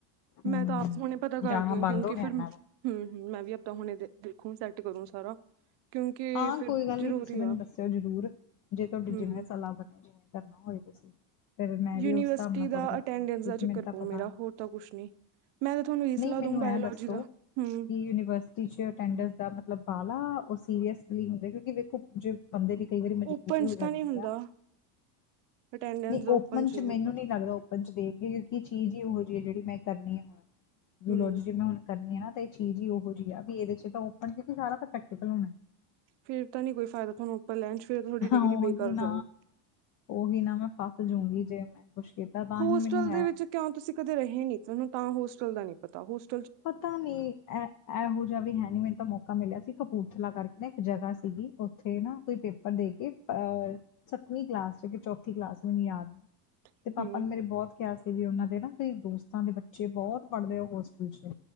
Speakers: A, on the left (about 40°); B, on the right (about 55°).
A: ਹੂੰ
B: ਮੈਂ ਤਾਂ ਆਪ ਹੁਣੇ ਪਤਾ ਕਰਦੀ
A: ਜਾਣਾ
B: ਹਾਂ
A: ਬੰਦ
B: ਕਿਉਂਕਿ
A: ਹੋ ਗਿਆ
B: ਫਿਰ
A: ਇਹਨਾਂ
B: ਹਮ
A: ਦਾ
B: ਹਮ ਮੈਂ ਵੀ ਆਪਾਂ ਹੁਣੇ ਦੇਖੂੰ ਸੈਟ। ਕਰੂੰ ਸਾਰਾ। ਕਿਉਂਕਿ
A: ਹਾਂ
B: ਫਿਰ
A: ਕੋਈ ਗੱਲ
B: ਜ਼ਰੂਰੀ
A: ਨੀ ਤੁਸੀਂ ਮੈਨੂੰ
B: ਆ
A: ਦੱਸਿਓ ਜਰੂਰ ਜੇ ਤੁਹਾਡੀ
B: ਹੂੰ-ਹੂੰ
A: ਜਿਵੇਂ ਸਲਾਹ ਬਣੇ ਜਿਵੇਂ ਕਰਨਾ ਹੋਏ ਤੁਸੀਂ- ਫਿਰ ਮੈਂ
B: ਯੂਨੀਵਰਸਿਟੀ
A: ਵੀ ਉਸ ਹਿਸਾਬ ਨਾਲ ਥੋੜ੍ਹਾ
B: ਦਾ
A: ਦੇਖ
B: ਅਟੈਂਡੈਂਸ
A: ਲਾਂ ਕਿਉਂਕਿ
B: ਦਾ
A: ਮੈਨੂੰ
B: ਚੱਕਰ
A: ਤਾਂ
B: ਪਊ
A: ਪਤਾ
B: ਮੇਰਾ
A: ਨੀ।
B: ਹੋਰ ਤਾਂ ਕੁਛ ਨੀ ਮੈਂ ਤਾਂ ਤੁਹਾਨੂੰ ਇਹੀ
A: ਨਹੀਂ
B: ਸਲਾਹ
A: ਮੈਨੂੰ
B: ਦਊ ਬਾਇਓਲੋਜੀ
A: ਐ ਦੱਸੋ
B: ਦਾ
A: ਕਿ
B: ਹੂੰ
A: ਯੂਨੀਵਰਸਿਟੀ ਚ ਅਟੇਂਦੇਂਸ ਦਾ ਮਤਲਬ - ਉਹ ਸੀਰੀਅਸ ਹੁੰਦੇ ਕਿਉਂਕਿ ਵੇਖੋ ਜੇ- ਬੰਦੇ ਦੀ ਕਈ ਵਾਰੀ ਮਜਬੂਰੀ
B: ਓਪਨ
A: ਹੋ
B: ਚ
A: ਜਾਂਦੀ
B: ਤਾਂ ਨੀ ਹੁੰਦਾ
A: ਆ।
B: ਅਟੈਂਡੈਂਸ
A: ਨਹੀਂ
B: ਦਾ
A: ਓਪਨ ਚ
B: ਨੀ ਹੁੰਦਾ
A: ਮੈਨੂੰ ਨਹੀਂ ਲੱਗਦਾ ਓਪਨ ਚ ਦੇਖ। ਕਿਉਂਕਿ ਚੀਜ਼ ਹੀ ਇਹੋ ਜਿਹੀ ਹੈ, ਜਿਹੜੀ ਮੈਂ ਆ ਹੁਣ
B: ਹੂੰ-ਹੂੰ
A: ਜੂਲੋਜੀ ਮੈਂ ਹੁਣ ਕਰਨੀ ਆ ਨਾ। ਚੀਜ਼ ਹੀ ਉਹੋ ਜਿਹੀ ਆ ਵੀ ਇਹਦੇ ਚ ਤਾਂ ਓਪਨ ਸੀ ਸਾਰਾ ਤਾਂ ਪ੍ਰੈਕਟੀਕਲ ਹੋਣਾ।
B: ਫੇਰ ਤਾਂ ਨਹੀਂ ਕੋਈ ਫਾਇਦਾ ਤੁਹਾਨੂੰ ਉੱਪਰ ਲੈਣ ਚ ਫਿਰ ਤੁਹਾਡੀ ਡਿਗਰੀ
A: ਉਹੀ
B: ਬੇਕਾਰ
A: ਨਾ
B: ਜਾਊ।
A: ਉਹੀ ਨਾ ਮੈਂ ਫਸ ਜਾਊਗੀ ਜੇ ਮੈਂ- ਕੁਛ ਕੀਤਾ ਤਾਂ
B: ਹੋਸਟਲ
A: ਹੀ ਮੈਨੂੰ ਹੈ।
B: ਦੇ ਵਿੱਚ ਕਿਉਂ ਤੁਸੀਂ ਕਦੇ ਰਹੇ ਨੀ ਤਾਂ ਹੋਸਟਲ ਦਾ ਨੀ ਪਤਾ ਹੋਸਟ-
A: ਪਤਾ ਨੀ ਇਹ ਇਹੋ ਜਿਹਾ ਵੀ ਹੈ ਨੀ ਮੈਨੂੰ ਤਾਂ ਮੌਕਾ ਮਿਲਿਆ ਸੀ ਕਪੂਰਥਲਾ ਕਰਕੇ ਨਾ ਇੱਕ ਜਗ੍ਹਾ- ਸੀਗੀ ਉੱਥੇ ਨਾ ਕੋਈ ਪੇਪਰ ਦੇ ਕੇ- ਅਹ ਸੱਤਵੀਂ ਕਲਾਸ ਚ ਕਿ ਚੌਥੀ ਕਲਾਸ ਮੈਨੂੰ ਯਾਦ ਤੇ
B: ਹੂੰ-ਹੂੰ
A: ਪਾਪਾ ਨੇ ਮੇਰੇ ਬਹੁਤ ਕਿਹਾ- ਵੀ ਉਹਨਾਂ ਦੇ ਨਾਈ ਦੋਸਤਾਂ ਦੇ ਬੱਚੇ ਬਹੁਤ ਪੜ੍ਹਦੇ ਆ ਹੋਸਟਲ ਚ